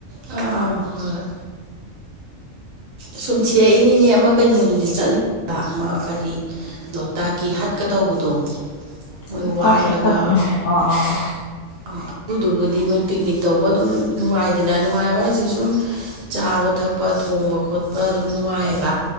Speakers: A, on the right; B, on the left.
A: ꯑ ꯍꯣꯏ ꯁꯨꯝ ꯊꯤꯔꯛꯏꯅꯤꯅꯦ ꯑꯃ ꯀꯩꯅꯣꯗꯨꯗꯤ ꯆꯠꯂꯨ ꯑꯃ ꯀꯔꯤ ꯂꯣꯛꯇꯥꯛꯀꯤ ꯍꯠꯀꯗꯧꯕꯗꯣ ꯃꯣꯏ
B: ꯂꯣꯛꯇꯥꯛꯀꯤ
A: ꯋꯥꯏꯔꯒ
B: ꯍꯠ ꯑꯥ ꯑꯥ
A: ꯑꯗꯨꯗꯨꯕꯨꯗꯤ ꯃꯣꯏ ꯄꯤꯛꯅꯤꯛ ꯇꯧꯕ ꯑꯗꯨꯝ ꯅꯨꯡꯉꯥꯏꯗꯅ ꯅꯨꯡꯉꯥꯏꯕ ꯍꯥꯏꯁꯦ ꯁꯨꯝ ꯆꯥꯕ ꯊꯛꯄ ꯊꯣꯡꯕ ꯈꯣꯠꯄ ꯑꯗꯨꯝ ꯅꯨꯡꯉꯥꯏꯌꯦꯕ